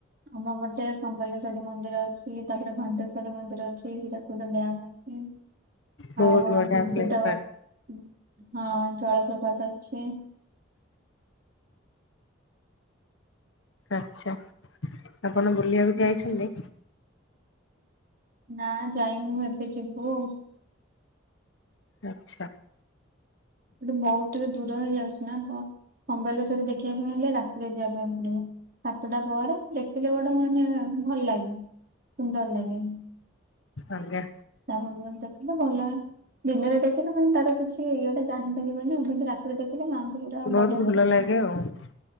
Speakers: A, on the right; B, on the left.
A: ଆମ ବଜାର ସମ୍ବଲେଶ୍ଵରୀ ମନ୍ଦିର ଅଛି। ତାପରେ ଘଣ୍ଟେଶ୍ଵରୀ ମନ୍ଦିର ଅଛି। ହୀରାକୁଦ ଡ୍ୟାମ ଅଛି।
B: ବହୁତ
A: ଆଉ
B: ବଢିଆ
A: ଗୁଦଗୁଦା
B: ପ୍ଲେସ୍ ପାର୍କ
A: ୱା ହଁ ଜଳପ୍ରପାତ ଅଛି।
B: ଆଚ୍ଛା। ଆପଣ ବୁଲିବାକୁ
A: ହଁ
B: ଯାଇଛନ୍ତି?
A: ନା ଯାଇନୁ ଏବେ ଯିବୁ ଆଉ।
B: ଆଚ୍ଛା।
A: ସେଠି ବହୁତ ଟିକେ ଦୂର ହେଇଯାଉଛି ନା ତ। ସମ୍ବଲେଶ୍ୱରୀ ଦେଖିବା ପାଇଁ ହେଲେ ରାତିରେ ଯିବା ପାଇଁ ପଡିବ। ସାତଟା ପରେ ଲେଖିଲେ ଗୋଟେ ମାନେ ଭଲ ଲାଗେ। ସୁନ୍ଦର ଲାଗେ।
B: ଆଜ୍ଞା
A: ତାପ ଭଲ ଦେଖିଲ ଭଲ ଦିନରେ ଦେଖିଲ ମାନେ ତାର କିଛି ସେ ଇାଣିଥିଲିବ ବୋଲି ମୁଁ କିନ୍ତୁ ରାତିରେ ଦେଖଥିଲି ମା <unintelligible>
B: ବହୁତ
A: ବଢିଆ ସେ
B: ଭଲ
A: ଦେଖିବ
B: ଲାଗେ ଆଉ